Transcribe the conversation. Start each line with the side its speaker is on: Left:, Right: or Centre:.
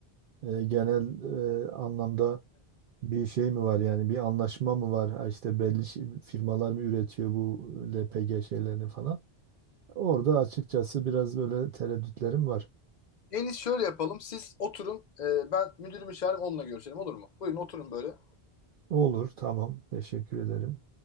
Right: e, genel e, anlamda bir şey mi var yani bir anlaşma mı var Ha işte belli şey- firmalar mı üretiyor bu LPG şeylerini falan. Orada açıkçası biraz böyle tereddütlerim var.
Left: En iyisi şöyle yapalım. Siz oturun. e, ben müdürümü çağırayım onunla görüşelim olur mu? Buyurun oturun böyle.
Right: Olur tamam teşekkür ederim.